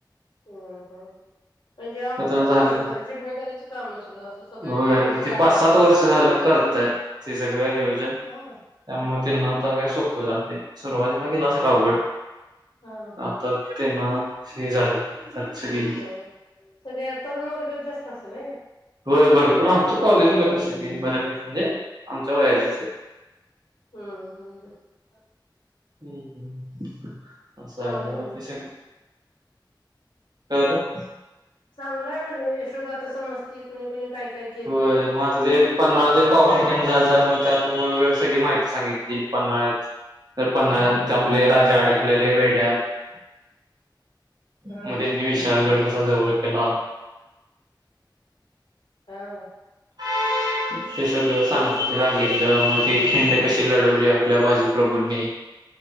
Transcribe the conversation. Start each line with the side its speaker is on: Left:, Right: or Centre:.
Left: हम-हम म्हणजे आप अवघडच
Right: आता झालं
Left: काम आहे खरं जिम्मेदारीचं काम आहे सगळं असं सगळ्यांना
Right: होय
Left: घेऊन
Right: मग
Left: जाणं
Right: ते पाच सात
Left: करणं
Right: वर्ष झालं
Left: म्हणजे
Right: करतायत ते सगळं नियोजन त्यामुळे
Left: हा
Right: ते नता
Left: बर
Right: काय सोपव जाते. सुरुवातीला गेला अस रावगड
Left: हा हा
Right: आता
Left: हा
Right: त्यांना हे झाले. चछ की,
Left: ह सगळ्या तरुण वर्गात जास्त असतलय,
Right: होय भरपूर आमच्या कॉलेजमध्येध्ये सगळे बऱ्याचस म्हणजे आमच्या वयाचे सगळे.
Left: हम्म हम्म हम,
Right: <unintelligible>
Left: चांगलंय मग
Right: <unintelligible>
Left: चांगलाय म्हणलं यशोगात समजती कुणी कुणी काय काय केलं
Right: होय मता एक पण पवन कं मग त्यात मग सगळी माहिती सांगितली पन्ना तर पण आपले राजा अडकले <unintelligible>
Left: हा हा
Right: जवळ केला <inaudible>
Left: हा,
Right: <unintelligible> ते सगळ सांग सांगितलं मग ती खिंड कशी लढवली आपल्या बाजू प्रघुनी